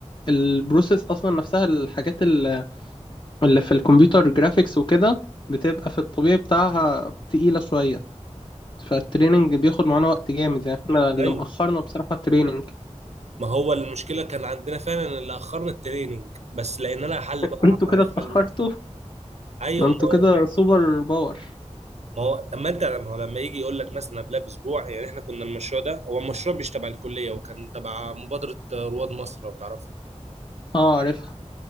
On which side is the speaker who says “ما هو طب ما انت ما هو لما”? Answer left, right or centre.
Right